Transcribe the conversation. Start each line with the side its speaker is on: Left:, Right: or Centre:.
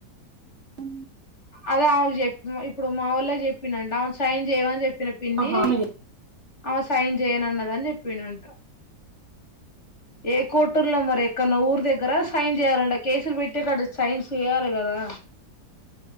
Right: ఉ
Left: అదే అకు చెప్ప ఇప్పుడు మా వాళ్ళ చెప్పినంట అవును సైన్ చేయ అని చెప్పి చిన్న పిన్ని
Right: ఆహా ఆమె చె
Left: అ సైన్ చేయనున్నద అని చెప్పిను అంట ఏ కోర్టుల్లో మరి ఎక్కడన్నా ఊరు దగ్గర సైన్ చేయాలంట కేసులు పెట్టే కాడ సైన్ చేయాలి కదా